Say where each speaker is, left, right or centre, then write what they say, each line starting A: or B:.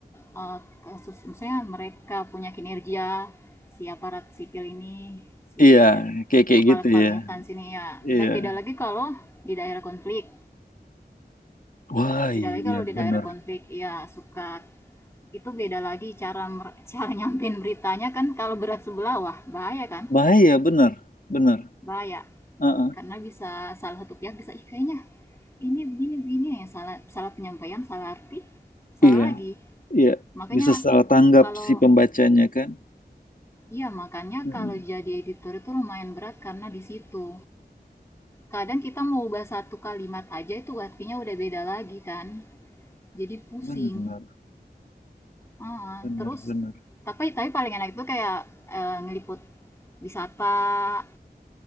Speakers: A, on the left (about 15°); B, on the left (about 55°).
A: eh, kasus, misalnya mereka punya kinerja, si aparat sipil ini, si
B: Iya, kayak kayak
A: kepala-kepala
B: gitu ya.
A: instansi ini ya.
B: Iya.
A: Dan beda lagi kalau di daerah konflik.
B: Wah,
A: Beda lagi
B: iya
A: kalau di
B: benar.
A: daerah konflik, ya suka itu beda lagi cara mer- cara <laughs> nyampein beritanya kan kalau berat sebelah wah bahaya kan
B: Bahaya benar, benar.
A: Bahaya,
B: Heeh.
A: karena bisa salah satu pihak bisa, "Ih, kayaknya ini begini begini," yang salah salah penyampaian, salah arti, salah
B: Iya,
A: lagi.
B: iya.
A: Makanya
B: Bisa salah tanggap
A: kalau
B: si pembacanya kan?
A: iya makanya
B: Mm.
A: kalau jadi editor itu lumayan berat karena di situ. Kadang kita mau ubah satu kalimat aja itu artinya udah beda lagi kan. Jadi pusing.
B: Benar,
A: Ah,
B: benar,
A: terus
B: benar.
A: tapi tapi paling enak itu kayak eh, ngeliput wisata